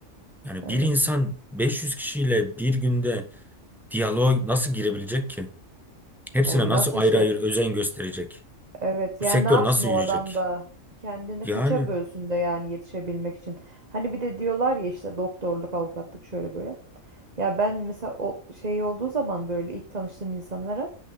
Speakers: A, in the centre; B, on the right.
A: Yani
B: Evet.
A: bir insan 500 kişiyle bir günde diyaloğa nasıl girebilecek ki? Hepsine
B: Ay,
A: nasıl
B: nasıl
A: ayrı
B: işte?
A: ayrı özen gösterecek?
B: Evet
A: Bu
B: yani
A: sektör
B: ne yapsın
A: nasıl
B: o
A: yürüyecek?
B: adam da kendini
A: Yani
B: kaça bölsün de yani yetişebilmek için. Hani bir de diyorlar ya işte doktorluk, avukatlık şöyle böyle. Ya ben mesela o şey olduğu zaman böyle ilk tanıştığım insanlara